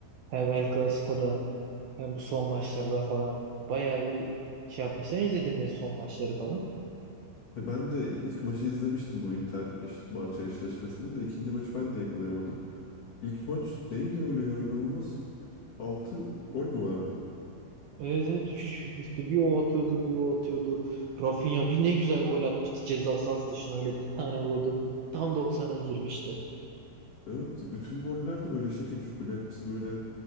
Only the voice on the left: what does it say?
E, ben de ilk maçı izlemiştim bu Inter eş Barça eşleşmesinin de ikinci maçı ben de yakalayamadım. İlk maç neydi öyle ya? İnanılmaz 6 gol mü vardı?
Evet bütün goller de böyle şekil şukul hepsi böyle